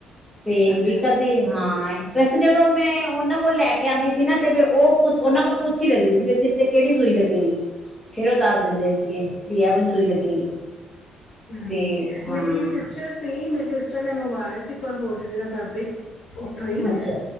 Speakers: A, in the centre; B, on the left (about 65°).
A: ਤੇ
B: ਅੱਛਾ
A: ਵੀ
B: ਅੱਛਾ
A: ਕਦੀ ਹਾਂ ਬਸ ਜਦੋਂ ਮੈਂ ਉਹਨਾਂ ਕੋਲ ਲੈ ਕੇ ਆਉਂਦੀ ਸੀ ਨਾ ਤੇ ਫੇਰ ਉਹ ਪੁ ਉਹਨਾਂ ਕੋਲ ਪੁੱਛ ਹੀ ਲੈਂਦੀ ਸੀ ਵੀ ਤੇ ਕਿਹੜੀ ਸੂਈ ਲੱਗੇਗੀ ਫੇਰ ਉਹ ਦੱਸ ਦਿੰਦੇ ਸੀਗੇ ਵੀ ਇਹ ਵਾਲੀ ਸੂਈ ਲੱਗੇਗੀ
B: ਹਮ
A: ਤੇ ਹਾਂ
B: ਮੇਰੀ ਸਿਸਟਰ ਸੀ ਮੇਰੇ ਸਿਸਟਰ ਨੇ ਮੰਗਵਾਇਆ ਸੀ ਇੱਕ ਹੋਰ ਚ ਦਾ ਫੈਬਰਿਕ ਉੱਥੋਂ ਹੀ
A: ਅੱਛਾ